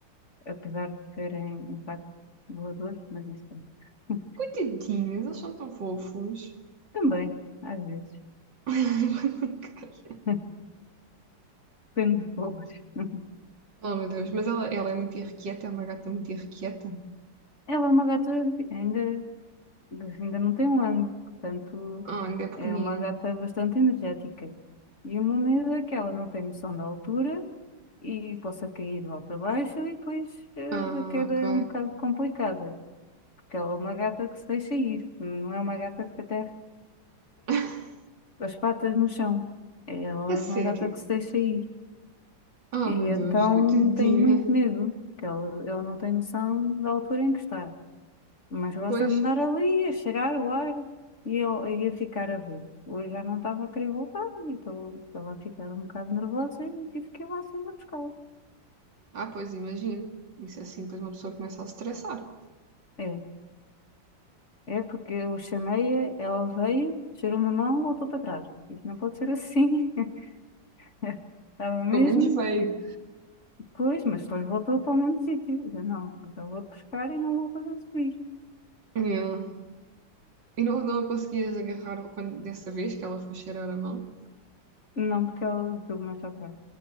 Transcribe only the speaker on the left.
apesar de serem, em facto, voadores, mas isso também. <laughs>
Também, às vezes.
<laughs> Depende dos povos. <laughs>
Ela é uma gata, ainda, ainda não tem um ano, portanto,
é uma gata bastante energética. E o meu medo é que ela não tem noção da altura e possa cair lá para baixo e depois eh,
a queda
é um bocado complicada, porque ela é uma gata que se deixa ir, não é uma gata que até
as patas no chão. Ela
é uma gata que se deixa ir.
E
então
tem muito medo, que ela, ela não tem noção da altura em que está. Mas gosta
de andar ali, a cheirar o ar e eu e a ficar a ver. Hoje já não estava a querer voltar e estava estava a ficar um bocado nervosa e tive que ir lá assim a buscá-la.
É, é porque eu chamei-a, ela veio, cheirou uma mão, voltou para trás. Isto não pode ser assim. <laughs> Estava mesmo.
Pois, mas depois voltou para o mesmo sítio. Eu não, mas eu vou-te pescar e não vou fazer subir.
Não, porque ela deu mais atrás.